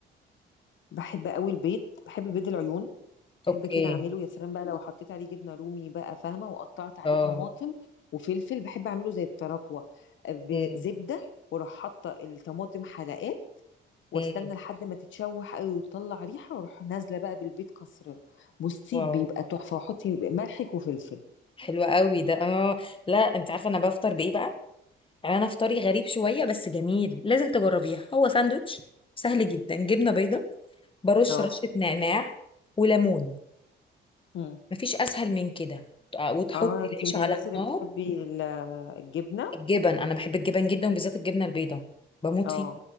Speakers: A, on the left; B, on the left.
A: بحب قوي البيض بحب بيض العيون
B: اوكي
A: بحب كده اعمله يا سلام بقى لو حطيت عليه جبنه رومي بقى فاهمه وقطعت عليه
B: اه
A: طماطم وفلفل بحب اعمله زي التراكوه بزبده
B: امم
A: واروح حاطه الطماطم حلقات واستنى
B: امم
A: لحد ما تتشوح قوي وتطلع ريحه واروح نازله بقى بالبيض كسره بصي
B: واو
A: بيبقى تحفه واحطي ملحك وفلفل
B: حلوة قوي ده اه لا انت عارفه انا بفطر بايه بقى يعني انا فطاري غريب شويه بس جميل لازم تجربيها هو ساندوتش سهل جدا جبنه بيضه برش
A: اه
B: رشه نعناع وليمون
A: مم.
B: مفيش اسهل من كده تع- وتحط
A: اه
B: العيش
A: انت من
B: على
A: الناس
B: النار
A: اللي بتحبي ال- الجبنة
B: الجبن انا بحب الجبن جدا وبالذات الجبنه البيضاء بموت
A: اه
B: فيها